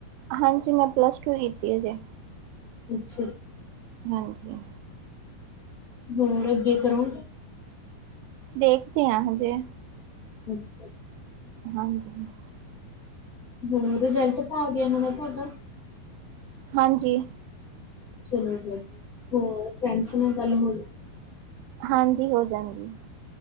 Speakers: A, on the right; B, on the left.
A: ਹਾਂਜੀ! ਮੈਂ ਪਲੱਸ ਟੂ ਕੀਤੀ ਆ ਹਜੇ
B: ਅੱਛਾ
A: ਹਾਂਜੀ
B: ਹੋਰ ਅੱਗੇ ਕਰੋਗੇ
A: ਦੇਖਦੇ ਹਾਂ ਹਜੇ
B: ਅੱਛਾ
A: ਹਾਂਜੀ
B: ਹੋਰ ਰਿਜਲਟ ਤਾਂ ਆ ਗਿਆ ਹੋਣਾ ਤੁਹਾਡਾ
A: ਹਾਂਜੀ
B: ਚਲੋ ਹੋਰ ਫੈਂਡਸ ਨਾਲ ਗੱਲ ਹੋ
A: ਹਾਂਜੀ ਹੋ ਜਾਂਦੀ ਆ